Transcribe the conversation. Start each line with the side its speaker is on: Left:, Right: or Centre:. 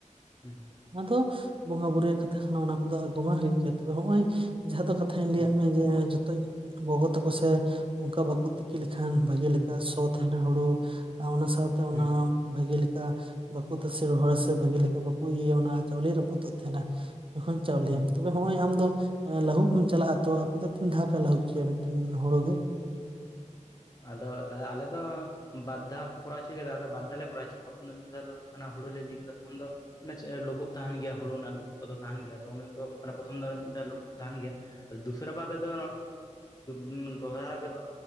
Left: ᱦᱩᱸ᱾
Right: ᱟᱫᱚ ᱵᱚᱸᱜᱟ ᱵᱩᱨᱩ ᱭᱟᱠᱚ ᱠᱟᱛᱷᱟ ᱠᱟᱱᱟ᱾ ᱚᱱᱟ ᱠᱚᱫᱚ ᱟᱡᱽ ᱵᱚᱸᱜᱟ ᱦᱩᱭᱩᱜ ᱛᱟᱠᱚ ᱟᱫ ᱱᱚᱜᱼᱚᱭ ᱡᱟᱸᱦᱟ ᱫᱟ ᱠᱟᱛᱷᱟ ᱜᱮᱭᱟ ᱛᱚᱵᱮ ᱱᱚᱜᱼᱚᱭ ᱡᱟᱦᱟ ᱫᱚ ᱠᱟᱛᱷᱟ ᱤᱧᱤᱧ
Left: ᱦᱩᱸ
Right: ᱞᱟᱹᱭᱟ ᱢᱮᱭᱟ ᱡᱮ ᱡᱚᱛᱚ ᱜᱮ ᱜᱚᱜᱚ ᱛᱮᱠᱚ ᱥᱮ ᱚᱱᱠᱟ ᱵᱟᱠᱚ ᱛᱤᱠᱤ ᱞᱮᱠᱷᱟᱱ ᱵᱷᱟᱹᱜᱤ ᱞᱮᱠᱟ ᱥᱚ ᱛᱟᱦᱮᱱᱟ ᱦᱩᱲᱩ ᱚᱱᱟ ᱥᱟᱶᱛᱮ ᱚᱱᱟ
Left: ᱦᱩᱸ
Right: ᱵᱷᱟᱹᱜᱮ ᱞᱮᱠᱟ ᱵᱟᱠᱚ ᱛᱟᱥᱮ ᱨᱚᱦᱚᱲ ᱥᱮ ᱵᱷᱟᱹᱜᱤ ᱞᱮᱠᱟ ᱵᱟᱠᱚ ᱤᱭᱟᱹᱭᱟ᱾ ᱚᱱᱟ ᱪᱟᱣᱞᱮ ᱨᱟᱹᱯᱩᱫᱚᱜ ᱛᱟᱦᱮᱸᱱᱟ ᱾ ᱟᱫᱚ ᱪᱟᱹᱣᱞᱮ
Left: ᱦᱩᱸ
Right: ᱦᱚᱸᱭᱼᱚᱭ ᱟᱢ ᱫᱚ ᱞᱟᱦᱩᱜ ᱪᱟᱞᱟᱜᱼᱟ ᱛᱚ᱾ ᱟᱯᱮ ᱫᱚ ᱛᱤᱱ ᱫᱷᱟᱯᱮ ᱞᱟᱦᱩᱫ ᱦᱚᱪᱚᱭᱟ ᱢᱤᱫᱴᱮᱱ ᱦᱩᱲᱩ ᱜᱮ?
Left: ᱟᱫᱚ ᱫᱟᱫᱟ ᱟᱞᱮ ᱫᱚ ᱵᱟᱫᱽᱫᱷᱟ ᱠᱚ ᱠᱚᱨᱟᱣ ᱦᱚᱪᱚᱭ ᱠᱮᱫᱟ ᱟᱨ ᱵᱟᱫᱷᱟ ᱞᱮ ᱠᱚᱨᱟᱣ ᱦᱚᱪᱚ ᱠᱚᱣᱟ, ᱢᱤᱫ ᱫᱷᱟᱣ ᱫᱚ ᱦᱩᱭᱩᱜ ᱠᱟᱱᱟ ᱦᱩᱲᱩ ᱞᱮ ᱡᱤᱣ ᱠᱮᱫᱟ ᱛᱠᱷᱚᱱ ᱫᱚ ᱞᱩᱵᱳᱜ ᱛᱟᱦᱮᱱ ᱜᱮᱭᱟ, ᱦᱩᱲᱩ ᱨᱮᱱᱟᱜ ᱞᱩᱵᱳᱜ ᱠᱚᱫᱚ ᱛᱟᱦᱮᱱ ᱜᱮᱭᱟ᱾ ᱟᱫᱚ ᱩᱱᱤ ᱫᱚ ᱯᱨᱚᱛᱷᱚᱢ ᱫᱚ ᱞᱩᱵᱳᱜ ᱛᱟᱦᱮᱱ ᱜᱮᱭᱟ᱾ ᱫᱩᱥᱨᱟ ᱵᱟᱨ ᱨᱮᱫᱚ ᱡᱮᱢᱚᱱ ᱫᱚᱦᱨᱟ ᱨᱮᱫᱚ